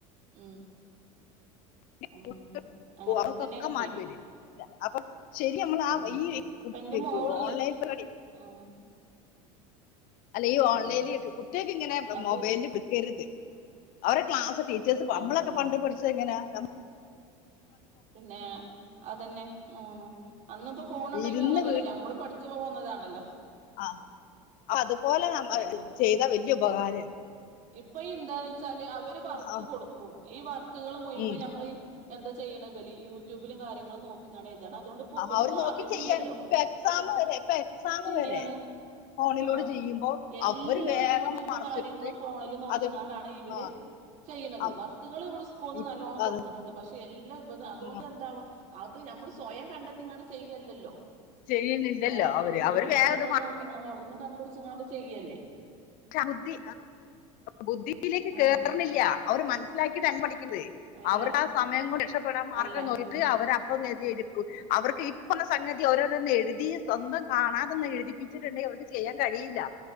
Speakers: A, on the right; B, on the left.
A: ഉം
B: <unintelligible>
A: ഉം അങ്ങനൊക്കെ തന്നെയാണ് ഇപ്പേ
B: അപ്പൊ ശെരി നമ്മളാ
A: ഉം
B: ഈ കു
A: ഇപ്പ എന്റെ മോള്
B: ഓൺലൈൻ പരിപാടി
A: ആഹ്
B: അല്ല ഈ ഓൺലൈനിൽ
A: ഉം
B: കുട്ട്യാക്ക് ഇങ്ങനെ
A: അത്
B: മൊബൈല് എൽപ്പിക്കരുത് അവരുടെ ക്ലാസ് ടീ ചേഴ്സ് ഇപ്പൊ
A: ആഹ്
B: നമ്മളൊക്കെ
A: ഉം
B: പണ്ട് പഠിച്ചത് എങ്ങനാ ഞ
A: <inaudible> പിന്നേ അതെന്നെ ഉം അന്നുംപ്പോ ഫോൺണ്ടായിട്ടൊന്നും
B: ഇരുന്ന്
A: അല്ലല്ലോ ഞമ്മളും പഠി ച്ചോന്നതാണല്ലോ
B: ആഹ് അതുപോലെ നമ്മ
A: അതന്നെ
B: ചെയ്താ വല്ല്യ ഉപകാര
A: ഇപ്പൊ ഈ എന്താ വെച്ചാല് അവര് വർക്ക്
B: ആ,
A: കൊടുക്കും ഈ വർക്കുകൾ മുയിവം
B: ഉം
A: നമ്മൾ എന്താ ചെയ്യ്ണ് ഇബല് യൂട്യൂബിലും കാര്യങ്ങളും നോക്കിക്കാണ്ടെയ്താണ് അതുകൊണ്ട് ഇപ്പൊ ഇബല്ക്ക്
B: അവര് നോക്കി
A: അറിവില്ലല്ലോ
B: ചെയ്യാ ഇപ്പൊ എക്സാം
A: ഇപ്പത്തെ കുട്ട്യാക്ക്‌
B: വരെ ഇപ്പൊ എക്സാം
A: ചെയ്യാണ്
B: വരെ ഫോണിലൂടെ
A: ആഹ്
B: ചെയ്യുമ്പോ
A: എല്ലാം
B: അവര് വേറെ
A: യൂട്യൂബും
B: കുറച്ച്
A: കാര്യങ്ങളും ഫോൺ ഫോണില് നോക്കിങ്ങാണ്ടാണ്
B: അത്
A: ഇവര്
B: ആ
A: ചെയ്യണത്
B: അവ-
A: വർക്കുകള് ഇവടെ സ്കൂൾന്ന്
B: ഇ-
A: നല്ലോണ്ണം കൊടുക്ണണ്ട്
B: അത്
A: പക്ഷെ എല്ലാം ഇബ അതുകൊണ്ട്
B: ഉം
A: എന്ത ന്താവാ അത് ഞമ്മള് സ്വയം കണ്ടെത്തിങ്ങാണ്ട് ചെയ്യല്ലല്ലോ
B: ചെയ്യുന്നില്ലല്ലോ
A: ഏഹ്
B: അവര്
A: യൂട്യൂബും
B: അവര് വേറെ
A: കാര്യങ്ങളും
B: ഇത്
A: നോക്കിങ്ങോണ്ട് അവിടുന്ന് കണ്ടുടിച്ച്ങ്ങാണ്ട് ചെയ്യല്ലേ
B: ബുദ്ധി ബുദ്ധിയിലേക്ക്
A: ആഹ്
B: കേർണില്ല്യ അവര് മനസ്സിലാക്കിട്ടല്ല പഠിക്കുന്നത്
A: ഇല്ല
B: അവർക്ക് ആ സമയം കൂടി രക്ഷപ്പെടാൻ മാർഗം
A: അല്ല
B: നോക്കിട്ട്
A: ഉം
B: അവര് അപ്പ അത്‌ എയ്തിട്ക്കും അവർക്ക് ഇപ്പള്ള സംഗതി ഓരോരോന്നും എഴുതി സ്വന്തം കാണാതൊന്ന് എഴുതിപ്പിച്ചിട്ട്ണ്ടെങ്കി അവർക്ക് ചെയ്യാൻ കഴിയില്ല